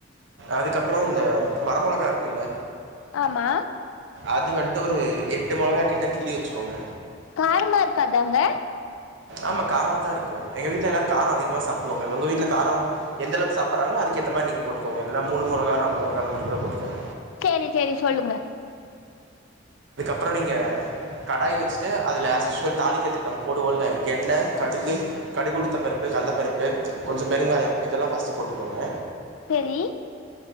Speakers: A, on the right; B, on the left.
A: அதுக்கப்பறோ அந்த வர மொளகா இருக்குல்ல
B: ஆமா
A: அது வன்ட்டு ஒரு எட்டு மொளகா கிட்ட கிள்ளி வெச்சிக்கோங்க
B: காரமா இருக்காதாங்க
A: ஆமா காரமாதா இருக்கு எங்க வீட்ல எல்லாரு காரொ அதிகமா சாப்டுவாங்க உங்க வீட்ல காரொ எந்தளவுக் சாப்பர்றாங்களோ அதுக்கு ஏத்த மாரி நீங்க போட்டுக்கோங்க இல்லனா மூணு மொளகா நாலு மொளகா அந்த மாரி கூட போட்டுக்கோங்
B: சேரி சேரி சொல்லுங்க
A: ப்றொ நீங்க கடாய் வெச்சிட்டு அதுல ஆஷிஷுவல் தாளிக்கிறதுக்கு நம்ம போடுவோல் என்ன கடுகு கடுககுளுத்தம் பருப்பு கல்லப்பருப்பு கொஞ்சொ பெருங்காயொ இதெல்லா ஃபஸ்ட்டு போட்டுக்கோங்க
B: செரி